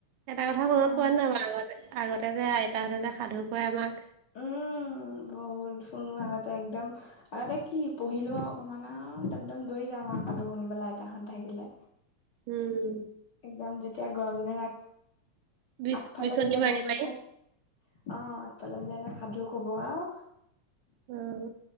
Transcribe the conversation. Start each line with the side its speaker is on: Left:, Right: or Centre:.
Right: এটা কথা মনত
Left: অ
Right: পৰে নাই বা আগতে আগতে যে আইতাহঁতে যে সাধু কয় আমাক
Left: ওম বহুত শুনো আগতে একদম আগতে কি পঢ়িলো অকমান আওএকম একদম দৌৰি যাম আও আইতাহত থাকিলে।
Right: উমঁ!
Left: একদম যেতিয়া গৰম দিনত আগ
Right: বিচ
Left: আগফালে
Right: বিচনী
Left: যেতিয়া
Right: মাৰি
Left: বহি
Right: মাৰি
Left: থাক অঁ আফালে যেতিয়া ন সাধু কব আও
Right: উমঁ!